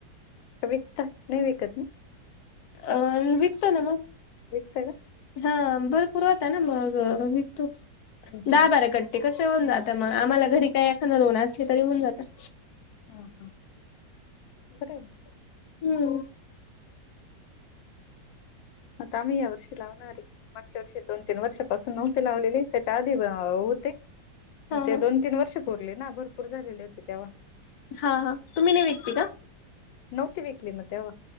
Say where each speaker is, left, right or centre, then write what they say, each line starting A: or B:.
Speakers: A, on the left; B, on the left.
A: अ विकतात, नाही विकत ना?
B: अ विकतो ना मग.
A: विकता का?
B: हा भरपूर होता ना मग विकतो,
A: हम्म
B: दहा
A: हम्म
B: -बाराकर ते कसे होऊन जात मग आम्हाला घरी काही एखादा दोन असले तरी होऊन जात.
A: हा हा, बरोबर
B: हम्म.
A: आता आम्ही यावर्षी लावणार हेय मागच्या वर्षी दोन- तीन वर्षापासून नव्हती लावलेली त्याच्या आधी होते.
B: हा
A: मग ते
B: हा
A: दोन तीन वर्ष पुरली ना भरपूर झालेली होती तेव्हा.
B: हा, हा तुम्ही नाही विकते का?
A: नव्हती विकली मग तेव्हा,